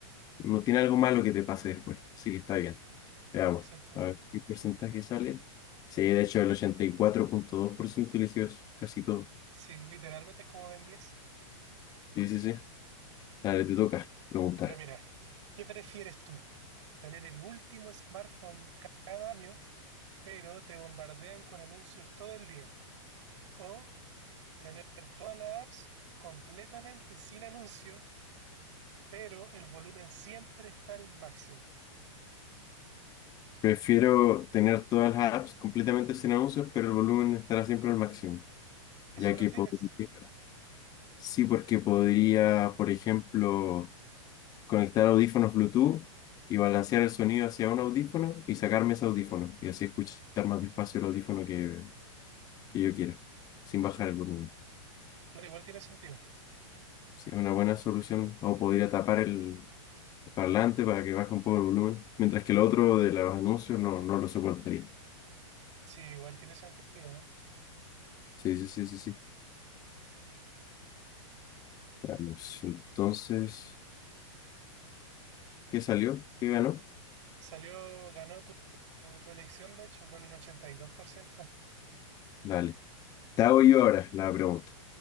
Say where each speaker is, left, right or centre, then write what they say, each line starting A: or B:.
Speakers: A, on the left; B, on the right.
A: No tiene algo malo que te pase después, así que está bien. Veamos,
B: Exacto.
A: a ver qué porcentaje sale. Sí, de hecho, el ochenta y cuatro coma dos por ciento eligió eso, casi todo.
B: Sí, literalmente es como Ben 10.
A: Sí, sí, sí. Dale, te toca preguntar.
B: Ya mira, ¿qué prefieres tú? ¿Tener el último smartphone cada año pero te bombardean con anuncios todo el día. O tener todas las apps completamente sin anuncios, pero el volumen siempre está al máximo.
A: Prefiero tener todas las apps completamente sin anuncios, pero el volumen estará siempre al máximo,
B: ¿Eso
A: ya
B: prefieres?
A: que podría... Sí, porque podría, por ejemplo, conectar audífonos Bluetooth y balancear el sonido hacia un audífono y sacarme ese audífono y así escuchar más despacio el audífono que que yo quiera, sin bajar el volumen.
B: Pero igual tiene sentido.
A: Sí, es una buena solución. O podría tapar el parlante para que baje un poco el volumen, mientras que el otro de los anuncios no, no lo soportaría.
B: Sí, igual tiene sentido. ¿no?
A: Sí, sí, sí, sí, sí. Veamos, Entonces, ¿qué salió? ¿Qué ganó?
B: Salió, ganó tu, tu elección, de hecho, con un 82%.
A: Dale. Te hago yo ahora la pregunta.